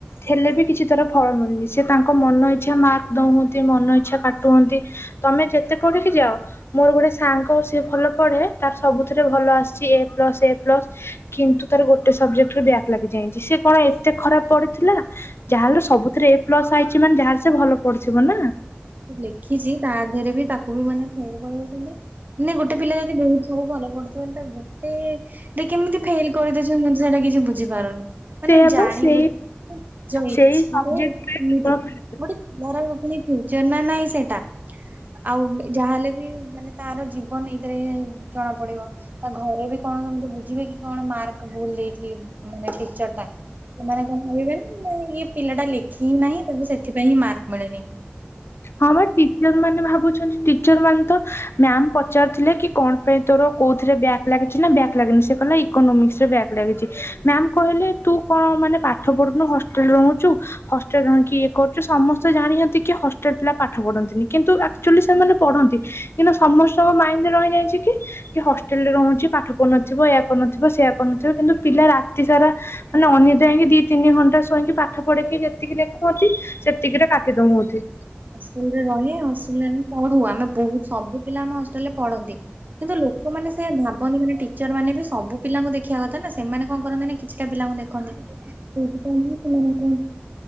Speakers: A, on the left; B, on the right.
A: ହେଲେ ବି କିଛି ତଥର ଫଳ ମିଳୁନି ସେ ତାଙ୍କ ମନ ଇଚ୍ଛା ମାର୍କ ଦଉ ହଅନ୍ତି ମନଇଚ୍ଛା କାଟୁ ହନ୍ତି ତମେ ଯେତେ ପଢିକି ଯାଅ ମୋର ଗୋଟେ ସାଙ୍ଗ ସିଏ ଭଲ ପଢ଼େ ତାର ସବୁଥିରେ ଭଲ ଆସିଛି ଏ ପ୍ଲସ୍ ଏ ପ୍ଲସ୍ କିନ୍ତୁ ତାର ଗୋଟେ ଗୋଟ ସବଜେକ୍ଟ ବ୍ୟାକ୍ ଲାଗିଯାଇଛି ସେ କଣ ଏତେ ଖରାପ ପଡିଥିଲା ଯାହେଲେ ସବୁଥିରେ ଏ ପ୍ଲସ ଆଇଛି ସେମାନେ ଯାହାର ସେ ଭଲ ପଡଥିବ ନା
B: ଲେଖିଛି ତା ଦେହରେ ବି ତାକୁ ବି ମାନେ ଫେଲ କରିଉଛନ୍ତି ନ ଗୋଟେ ପିଲା ଯଦି ବହୁତ ସବୁ ଭଲ ପଡୁଥିବ ବଲେ ଗୋଟେ ଯେ କେମିତି ଫେଲ କରିଦେଇଉଛନ୍ତି ମୁଁ ସେଇଟା କିଛି ବୁଝିପାରୁନି ମାନେ
A: ସେୟା
B: ଜାଣିବୁଝ
A: ବା ସେଇ
B: ଇଚଛାରେ
A: ସେଇ ସବଜେକ୍ଟରେ
B: କେମିତି
A: କେବଳ
B: ଗୋଟେ ମର ଫଚର ନା ନହିଁ ସେଇଟା ଆଉ ଯାହାହେଲେ ବି ମାନେ ତାର ଜୀବନ ଏଇଥିରେ ଜଣା ପଡିବ ତା ଘରେ ବି କଣ ସେ ବୁଝିବେ କି କଣ ମାର୍କ ଭୁଲ ଦେଇକ ମାନେ ପିକଚର ଟା ସେମାନେ ହିବେ ନା ମ ଇଏ ପିଲା ଟା ଲେଖି ହିଁ ନାହିଁ ତାକୁ ସେଥିପାଇଁ ହିଁ ମାର୍କ ମିଳେନି।
A: ହଁ, ଆମର ଟିଚର ମାନେ ଭାବୁଛନ୍ତି ମାନେ ତ ମ୍ୟାାମ ପଚାରୁଥିଲେ କି କଣ ପାଇଁ ତୋର କୋଉଥିରେ ବ୍ୟାଗ ଲାଗିଛି ନା ବ୍ୟାଗ ଲାଗନି? ସେ କଲା ଇକୋନୋମିକ୍ସ ରେ ବ୍ୟାଗ ଲାଗିଛି ମ୍ୟାାମ କହିଲେ ତୁ କଣ ମାନେ ପାଠ ପଢୁନୁ ହଷ୍ଟେଲ ରହୁଛୁ ହଷ୍ଟେଲ ରଣି ଇଏ କରୁଛ ସମସ୍ତେ ଜାଣିଛନ୍ତି କି ପାଠ ପଢନ୍ତିନି କିନ୍ତୁ ଆକ୍ଚୁଆଲି ସେମାନେ ପଢନ୍ତି କିନ୍ତୁ ସମସ୍ତଙ୍କ ମାଇଣ୍ଡରେ ରହିଯାଇଛି କି କି ହଷ୍ଟେଲ ରେ ରହୁଛି ପାଠ ପଢୁନଥିବ ଏୟ କରୁନଥିବ ସେୟଆ କରୁନଥିବ କିନ୍ତୁ ପିଲା ରାତି ସାରା ମାନେ ଅନ୍ୟ ଯାଇକି ଦି ତିନି ଘଣ୍ଟା ସ ପାଠ ପଢକି ଯେତିକି ଲେଖୁନ୍ତି ସେତିକି ରେ କାଟି ଦଉନ୍ତି
B: ହଷ୍ଟେଲରେ ରହେ ହଷ୍ଟେଲରେ ଆମେ ପଢୁ ଆମେ ବହୁ ସବୁ ପିଲା ଆମ ହଷ୍ଟେଲରେ ପଢନ୍ତି କିନ୍ତୁ ଲୋକମାନେ ସେ ଭାବନ୍ତି ମାନେ ଟିଚର ମାନେ ବି ସବୁ ପିଲାଙ୍କୁ ଦେଖିବା କଥା ନା ସେମାନେ କଣ କରନ୍ତି ନା କିଛିଟା ପିଲାଙ୍କୁ ଦେଖ କ କେ ସେ ମ